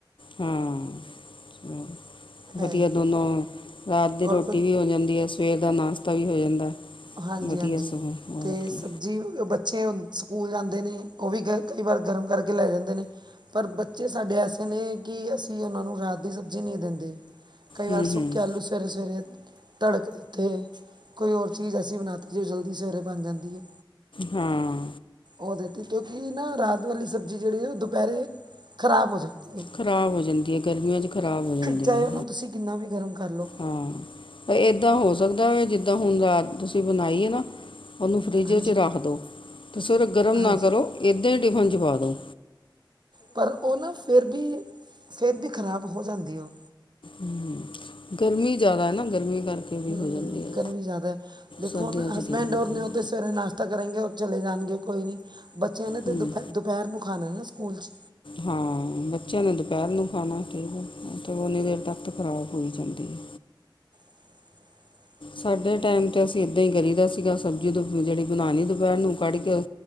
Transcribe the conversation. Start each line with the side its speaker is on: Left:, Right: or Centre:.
Left: ਹੂੰ-ਹੂੰ।
Right: ਹੈ
Left: ਵਧੀਆ
Right: ਹੀ।
Left: ਦੋਨੋਂ, ਰਾਤ ਦੀ
Right: ਔਰ
Left: ਰੋਟੀ
Right: ਬ-
Left: ਵੀ ਹੋ ਜਾਂਦੀ ਏ ਸਵੇਰ ਦਾ ਨਾਸ਼ਤਾ ਵੀ ਹੋ ਜਾਂਦਾ।
Right: ਹਾਂਜੀ-ਹਾਂਜੀ,
Left: ਵਧੀਆ ਸਗੋਂ ਹੋਰ
Right: ਤੇ ਸਬਜ਼ੀ
Left: ਕੀ
Right: ਬੱਚੇ ਸਕੂਲ ਜਾਂਦੇ ਨੇ ਓਵੀ ਗ ਕਈ ਵਾਰ ਗਰਮ ਕਰਕੇ ਲੈ ਜਾਂਦੇ ਨੇ, ਪਰ ਬੱਚੇ ਸਾਡੇ ਐਸੇ ਕੈਂਦੇ ਕਿ ਅਸੀਂ ਓਨਾਂ ਨੂੰ ਰਾਤ ਦੀ ਸਬਜ਼ੀ ਨਈ ਦਿੰਦੇ। ਕਈ ਵਾਰ
Left: ਹੂੰ
Right: ਸੁੱਕੇ
Left: ਹੂੰ
Right: ਆਲੂ ਸਵੇਰੇ-ਸਵੇਰੇ ਤੜਕੇ ਦਿੱਤੇ, ਕੋਈ ਹੋਰ ਚੀਜ਼ ਐਸੀ ਬਣਾ ਜੰ ਜਲਦੀ ਸਵੇਰੇ ਬਣ ਜਾਂਦੀ ਏ।
Left: ਹਾਂ।
Right: ਓ ਦਿੱਤੀ ਕਿਉਂਕਿ ਨਾ ਰਾਤ ਵਾਲੀ ਸਬਜ਼ੀ ਜੇੜੀ ਓ ਦੋਪੈਰੇ ਖ਼ਰਾਬ ਹੋ ਜਾਂਦੀ ਆ।
Left: ਖ਼ਰਾਬ ਹੋ ਜਾਂਦੀ ਏ, ਗਰਮੀ ਚ ਖ਼ਰਾਬ ਹੋ ਜਾਂਦੀ
Right: ਚਾਹੇ
Left: ਏ।
Right: ਉਹਨੂੰ ਤੁਸੀਂ ਕਿੰਨਾ ਵੀ ਗਰਮ ਕਰ ਲੋ।
Left: ਹਾਂ, ਇੱਦਾਂ ਹੋ ਸਕਦਾ ਜਿੱਦਾਂ ਹੁਣ ਰਾਤ ਤੁਸੀਂ ਬਣਾਈ ਏ ਨਾ ਓਨੂੰ ਫਰਿੱਜਰ
Right: ਹਾਂਜੀ
Left: ਚ ਰੱਖ ਦੋ, ਤੇ ਸਵੇਰੇ ਗਰਮ
Right: ਹਾਂਜੀ
Left: ਨਾ ਕਰੋ ਏਦਾਂ ਈ ਟਿਫਨ ਚ ਪਾ ਦੋ।
Right: ਪਰ ਓ ਨਾ ਫੇਰ ਬੀ, ਫੇਰ ਬੀ ਖਰਾਬ ਹੋ ਜਾਂਦੀ ਓ
Left: ਹੂੰ, ਗਰਮੀ ਜਾਦਾ ਏ ਨਾ ਗਰਮੀ ਕਰਕੇ ਵੀ
Right: ਹੂੰ,
Left: ਹੋ ਜਾਂਦੀ ਹੈ
Right: ਗਰਮੀ ਜਾਦਾ, ਦੇਖੋ
Left: ਸਰਦੀਆਂ
Right: ਹੁਣ
Left: 'ਚ
Right: ਹਸਬੈਂਡ
Left: ਠੀਕ ਹੁੰਦੀ
Right: ਹੋਰ ਨੇ ਓ
Left: ਹੈ
Right: ਤੇ ਸਵੇਰੇ ਨਾਸ਼ਤਾ ਕਰੇਗੇ ਔਰ ਚਲੇ ਜਾਣਗੇ ਕੋਈ ਨੀ ਬੱਚਿਆਂ ਨੇ ਤਾਂ
Left: ਹੂੰ
Right: ਦੁਪੈ ਦੁਪੈਰ ਨੂੰ ਖਾਣਾ ਨਾ ਸਕੂਲ 'ਚ
Left: ਹਾਂ। ਬੱਚਿਆਂ ਨੇ ਦੁਪੈਰ ਨੂੰ ਖਾਣਾ ਠੀਕ ਐ ਓ ਤੇ ਓਨੀ ਦੇਰ ਤੱਕ ਖ਼ਰਾਬ ਹੋਈ ਜਾਂਦੀ ਐ।
Right: <inaudible>
Left: ਸਾਡੇ ਟੈਮ ਤੇ ਅਸੀਂ ਏਦਾਂ ਇ ਕਰੀ ਦਾ ਸੀਗਾ ਸਬਜ਼ੀ ਦੁਪ ਜੇੜੀ ਬਣਾਣੀ ਦੁਪੈਰ ਨੂੰ ਕੱਢ ਕੇ